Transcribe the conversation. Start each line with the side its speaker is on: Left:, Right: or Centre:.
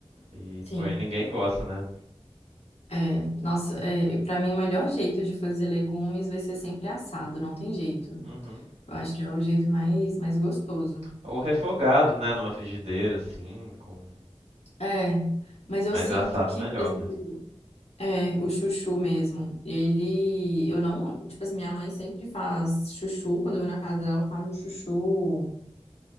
Right: E,
Left: Sim.
Right: pô, aí ninguém gosta, né?
Left: É, nossa, é, para mim o melhor jeito de fazer legumes vai ser sempre assado, não tem jeito.
Right: Uhum.
Left: Eu acho que é o jeito mais, mais gostoso.
Right: Ou refogado, né? Numa frigideira, assim, com
Left: É, mas eu
Right: Mas
Left: sinto
Right: é assado
Left: que,
Right: melhor
Left: por exemplo,
Right: mesmo.
Left: é, o chuchu mesmo, ele, eu não, tipo assim, minha mãe sempre faz chuchu, quando eu vou na casa dela, ela faz o chuchu,